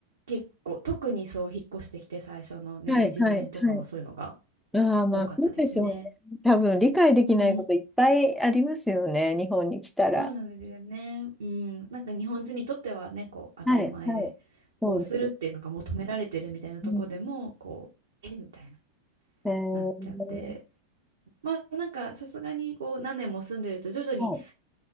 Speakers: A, on the right; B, in the centre.
A: 結構、特にそう、引っ越してきて最初のね、
B: はい、
A: 1、
B: はい、
A: 2年とかはそういうのが
B: はい。ああ、まあ、
A: 多かったですね。
B: そうでしょうね。多分、理解できないこといっぱいありますよね、
A: うん、
B: 日本に来たら。
A: そうなんですよね。うん、なんか日本人にとってはね、こう、当たり前で、
B: はい、はい。そうです。
A: こうするっていうのが求められてるみたいなとこでも、
B: うん、
A: こう、えみたいな、
B: えー、
A: なっちゃって。まあ、なんかさすがにこう何年も住んでると徐々に
B: はい。